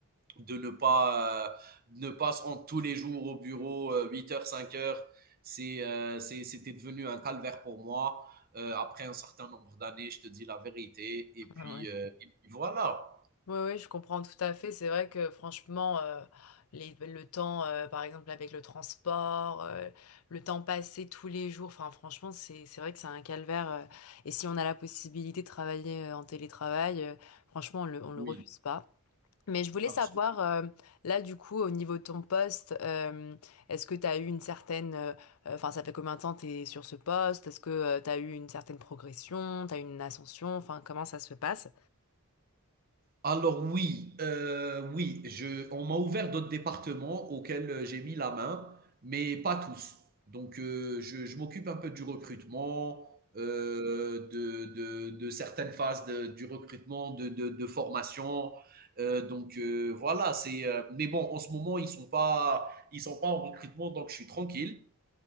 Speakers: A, on the right (about 40°); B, on the left (about 80°).
A: de ne pas, euh, ne pas se rendre tous les jours au bureau euh, 8 h 5 heures. C'est, euh, c'est- c'était devenu un calvaire pour moi. Euh, après un certain nombre d'années, je te dis la vérité. Et puis,
B: Ah ouais.
A: euh, et puis voilà.
B: Oui, oui, je comprends tout à fait. C'est vrai que franchement, euh, les- le temps, euh, par exemple, avec le transport, euh, le temps passé tous les jours, enfin, franchement, c'est, c'est vrai que c'est un calvaire. euh, et si on a la possibilité de travailler euh, en télétravail, euh, franchement, on le, on le
A: Oui,
B: refuse pas. Mais je voulais
A: absolument.
B: savoir, euh, là, du coup, au niveau de ton poste, euh, est-ce que tu as eu une certaine. euh, euh, Enfin, ça fait combien de temps tu es sur ce poste? Est-ce que tu as eu une certaine progression? Tu as eu une ascension? Enfin, comment ça se passe?
A: Alors oui, euh, oui, je, on m'a ouvert d'autres départements auxquels euh, j'ai mis la main, mais pas tous. Donc euh, je, je m'occupe un peu du recrutement, euh, de, de, de certaines phases de- du recrutement, de, de, de formation. Euh, donc euh, voilà, c'est. euh, mais bon, en ce moment ils sont pas, ils sont pas en recrutement, donc je suis tranquille.